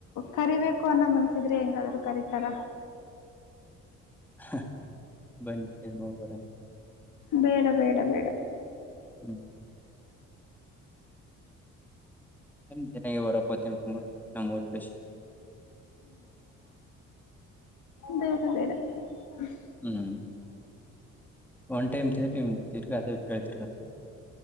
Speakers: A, on the left; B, in the centre.
A: ಕರಿಬೇಕು ಅನ್ನ ಮನ್ಸಿದ್ರೆ ಹೆಂಗಾದ್ರು ಕರೀತಾರ
B: ಬನ್ನಿ <unintelligible>
A: ಬೇಡಾ, ಬೇಡಾ, ಬೇಡಾ
B: ಹ್ಮ್ ಜನ ವರಪ್ಪತ್ತಿನಕಂಬರು ಜ ಮೂರು <unintelligible>
A: ಬೇ ಬೇಡ <unintelligible>
B: ಹ್ಮ ಒನ್ ಟೈಮ್ ತಿಿಂದ್ರ ನಿಮ ತಿರ್ಗಿ ಅದ ಕೇಳ್ತಿರ್ ಗೊತ್ತಾ <unintelligible>